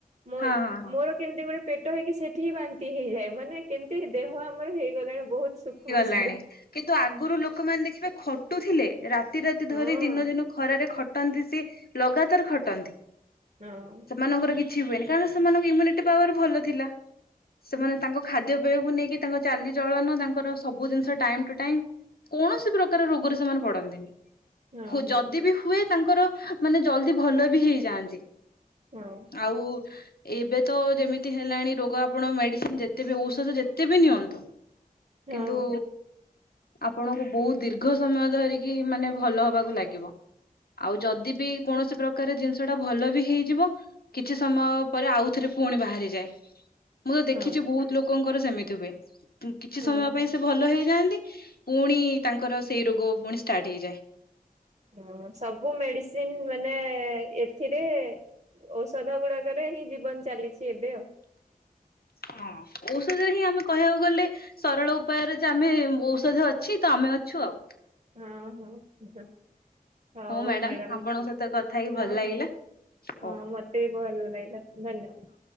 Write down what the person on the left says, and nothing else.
ହଁ ହଁ ହଁ
ଜାଣେ
କିନ୍ତୁ ଆଗୁରୁ ଲୋକ। ଲୋକମାନେ ଦେଖିବେ ଖଟୁଥିଲେ ରାତି, ରାତି
ଧରି ଦିନ, ଦିନ ଖରାରେ ଖଟୁ। ଖଟନ୍ତି ସିଏ ଲଗାତାର ଖଟନ୍ତି।
ସେମାଙ୍କର କିଛି ହୁଏନି କାରଣ ସେ ମାନଙ୍କ ଇମ୍ୟୁନିଟି ପାୱାର ଭଲ ଥିଲା ସେମାନେ ତାଙ୍କ। ଖାଦ୍ୟ ପେୟକୁ ନେଇକି ତାଙ୍କ ଚାଲି। ଜଳ ନୁହେଁ ତାଙ୍କର ସବୁ ଜିନିଷ ଟାଇମ୍ ଟୁ ଟାଇମ୍ କୌଣସି ପ୍ରକାର ରୋଗରେ ସେମାନେ ପଡନ୍ତିନି।
ହୁ
ଯଦି ବି ହୁଏ ତାଙ୍କର ମାନେ ଜଲଦି ଭଲ ବି ହେଇଯାଆନ୍ତି।
ଆଉ। ଏବେ ତ ଯେମିତି ହେଲାଣି ରୋଗ ଆପଣ ମେଡିସିନ ଯେତେ ବି ଔଷଧ ଯେତେ ବି ନିଅନ୍ତୁ।
କିନ୍ତୁ।
ଆପଣଙ୍କୁ ବହୁତ ଦୀର୍ଘ ସମୟ ଧରିକି ମାନେ ଭଲ ହବାକୁ ଲାଗିବ। ଆଉ ଯଦି ବି କୌଣସି ପ୍ରକାରେ ଜିନିଷ ଟା ଭଲ ବି ହେଇଯିବ। କିଛି ସମୟ ପରେ ଆଉଥରେ ପୁଣି ବାହାରିଯାଏ। ମୁଁ ତ ଦେଖିଛି
ବହୁତ ଲୋକଙ୍କର ସେମିତି ହୁଏ କିଛି ସମୟ
ପାଇଁ ସେ ଭଲ ହେଇଯାଆନ୍ତି। ପୁଣି ତାଙ୍କର ସେଇ ରୋଗ ପୁଣି ଷ୍ଟାର୍ଟ ହେଇଯାଏ।
ହଁ ଔଷଧ ହିଁ ଆମ। କହିବାକୁ ଗଲେ ସରଳ ଉପାୟରେ ଯେ ଆମେ ଔଷଧ ଅଛି ତ ଆମେ ଅଛୁ ଆଉ।
ମ୍ୟାଡାମ
ଆପଣଙ୍କ ସହିତ
କଥା ହେଇକି ଭଲ ଲାଗିଲା।
ହଉ